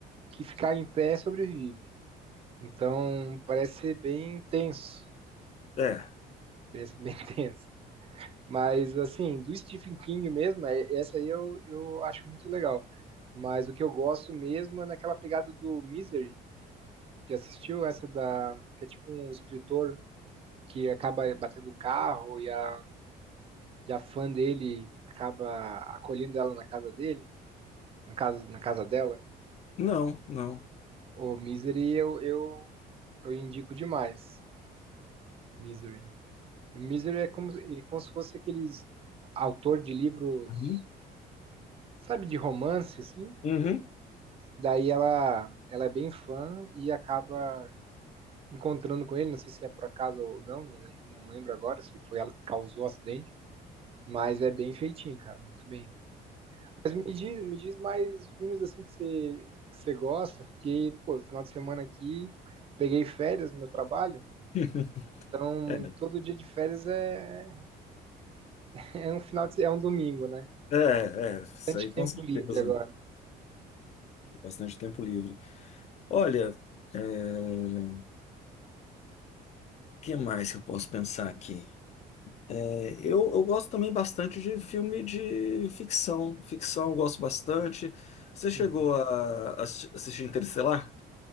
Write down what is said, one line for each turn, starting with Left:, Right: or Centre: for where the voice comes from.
Right: que ficar em pé sobrevive. Então parece ser bem tenso,
Left: É.
Right: bem, <laughs> bem tenso. Mas assim, do Stephen King mesmo, é, essa aí eu, eu acho muito legal. Mas o que eu gosto mesmo é naquela pegada do Misery, Já assistiu essa da que é tipo um escritor que acaba batendo o carro e a, e a fã dele acaba acolhendo ela na casa dele, na casa, na casa dela?
Left: Não, não.
Right: O Misery eu, eu, eu indico demais. Misery. O Misery é como, ele é como se fosse aqueles autor de livros,
Left: Uhum.
Right: sabe, de romance, assim.
Left: Uhum.
Right: Daí ela, ela é bem fã e acaba encontrando com ele, não sei se é por acaso ou não, não, le- não lembro agora se foi ela que causou o acidente. Mas é bem feitinho, cara, muito bem. Mas me diz, me diz mais filmes assim que você, que você gosta, porque, pô, final de semana aqui, peguei férias no meu trabalho,
Left: <laughs>
Right: então
Left: É,
Right: todo dia de férias é, <laughs> é um final de, é um domingo, né?
Left: é, é, isso
Right: Bastante
Left: aí com
Right: tempo
Left: certeza.
Right: livre agora.
Left: Tem Bastante tempo livre. Olha, é, o que mais que eu posso pensar aqui? É, Eu, eu gosto também bastante de filme de ficção. Ficção eu gosto bastante. Você chegou
Right: Uhum.
Left: a assi- assistir Interestelar?